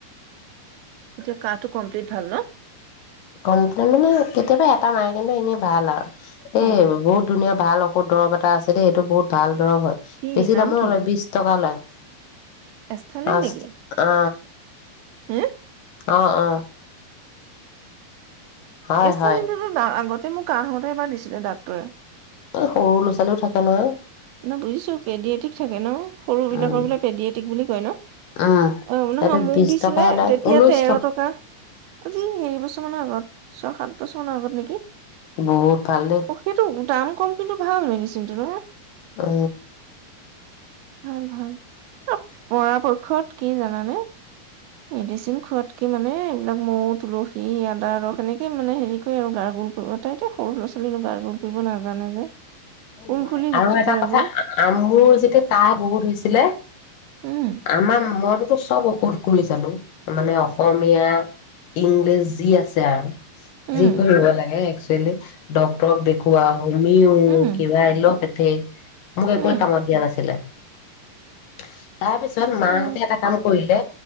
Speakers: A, on the right; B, on the left.
A: এতিয়া কটো কমপ্লিট ভাল ন।
B: কমপ্লেইন মানে কেতিয়াবা এটা মাৰে কিন্তু এনেই ভাল আৰু এ
A: অ
B: বহুত ধুনীয়া ভাল অ বহুতৰ এ আছেই এইটো বহুত ভাল ধৰ হয়
A: কি
B: বেছি
A: নাম
B: দামো
A: কিনো
B: নলয় বিশ টকা লয়।
A: এষ্টালিন
B: আছা
A: নেকি
B: অ
A: হে
B: অ অ হয়,
A: এই চালীতো
B: হয়।
A: আগত তে মোক কাহ হওঁতে এবাৰ দিছিলে ডাক্তৰে।
B: সৰু ল'ৰা-ছোৱালীও থাকে নহয়।
A: ন বুজিছো পেডিয়ে ঠিক থাকে ন সৰু বিলাকৰ
B: উম,
A: বোললে পেডিয় এ। তিক বুলি কয় ন?
B: উম।
A: অ নহয়
B: এইটো
A: মোক
B: বিশ
A: দিছিলে
B: টকাহে লয়,
A: তেতিয়া
B: ঊনৈশ
A: তেৰ টকা আজি এৰি বছৰ মানৰ আগত ছয় সাত বছৰ মানৰ আগত নেকি?
B: বহুত ভাল দেই।
A: অ সেইটো দাম কম কিন্তু ভাল মেডিচিনটো ন।
B: অ।
A: ভাল ভাল পৰাপক্ষত কি জানানে? মেডিচিন খোৱাতকে মানে? এইবিলাক মৌ তুলসী আদা ৰস স এনেকে মানে হেৰি কৰে আৰু গাৰ গোল কৰিব তাই এয়া সৰু স'ৰা ছোৱালীনো গাৰ গোল কৰিব নাজানে যে
B: এ
A: কুলকুলি
B: নোৱাৰে আৰু এটা
A: কৰে
B: কথা
A: যে
B: আ মোৰ যেতিয়া কাহ বহুত হৈছিলে
A: উম
B: আম মোৰ চব ঔষধ কৰি চালো মানে অসমীয়া ইংলিছ যি আছে আৰু
A: উম
B: যি কৰিব লাগে ডক্টৰক দেখুৱা উমি অ
A: উম
B: পলো পতে মোক
A: উম
B: একোে কামত দিয়া নাছিলে তাৰপিছত মাহঁতে
A: অ
B: এটা কাম কৰিলে